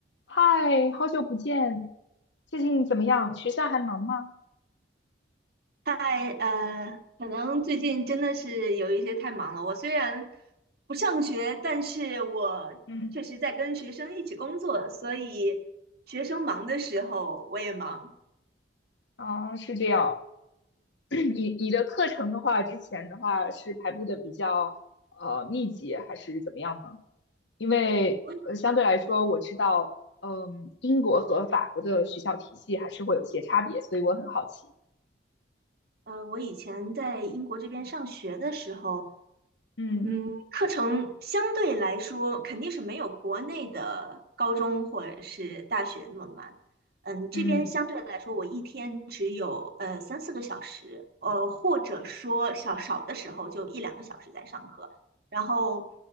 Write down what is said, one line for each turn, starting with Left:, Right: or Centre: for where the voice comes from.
Left: 嗨，好久不见，最近怎么样？学校还忙吗？
Right: 嗨，呃，可能最近真的是有一些太忙了。我虽然不上学，但是我确实在跟学生一起工作，
Left: 嗯，
Right: 所以学生忙的时候我也忙。
Left: 啊，是这样。<clears throat> 你你的课程的话，之前的话是排布的比较呃密集，还是怎么样呢？因为呃相对来说，
Right: 我
Left: 我知道，嗯，英国和法国的学校体系还是会有一些差别，所以我很好奇。
Right: 呃，我以前在英国这边上学的时候，
Left: 嗯
Right: 嗯，课程相对来说肯定是没有国内的高中或者是大学那么慢。嗯，这边相对来说，
Left: 嗯
Right: 我一天只有呃三四个小时，呃，或者说少少的时候就一两个小时在上课。然后，